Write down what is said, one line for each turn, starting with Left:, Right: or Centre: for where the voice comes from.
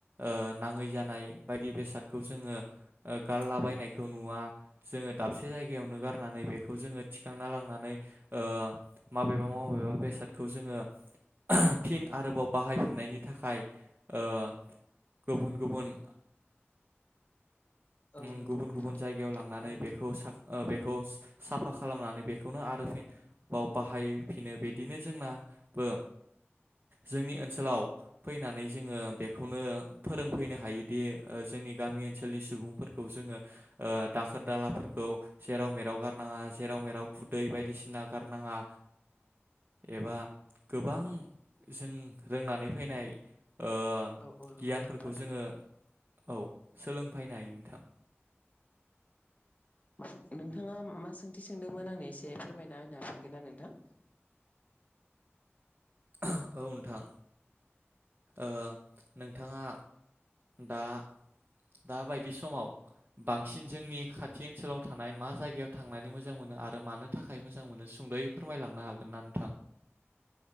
Right: ओ नाङै जानाय बायदि बेसादखौ जोङो गारला बानायखौ नुवा जोङो दाबसे जायगायावनो गारनानै बेखौ जोङो थिखांना लांनानै ओ माबेबा माबेबा बेसादखौ जोङो फिन आरोबाव बाहायफिननायनि थाखाय ओ गुबुन गुबुन
Left: औ
Right: उम
Left: नंगौ
Right: गुबुन
Left: नोंथां
Right: गुबुन जायगायाव लांनानै
Left: थारैनो
Right: बेखौ साखो बेखौ साफा खालामनानै बेखौनो आरो फिन बाव बाहायफिनो बिदिनो जोंनाबो जोंनि ओनसोलाव फैनानै जोङो बेखौनो फोरोंफैनो हायोदि जोंनि गामि ओनसोलनि सुबुं फोरखौ जोङो ओ दाखोर दालाफोरखौ जेराव मेराव गारनाङा जेराव मेराव खुदै बायदिसिना गारनाङा एबा गोबां जों रोंनानै फैनाय ओ
Left: औ औ नंगौ
Right: गियानफोरखौ
Left: नोंथां
Right: जोङो औ सोलोंफैनाय थां
Left: मा नोंथाङा मा सोंथि सोंदोंमोन आंनो एसे फोरमायना होनो हाफिनगोनना नोंथां
Right: औ नोंथां ओ नोंथाङा दा दा बायदि समाव बांसिन जोंनि खाथि ओनसोलाव थानाय मा जायगायाव थांनानै मोजां मोनो आरो मानो थाखाय मोजां मोनो सुंदयै फोरमायलांनो हागोन ना नोंथां?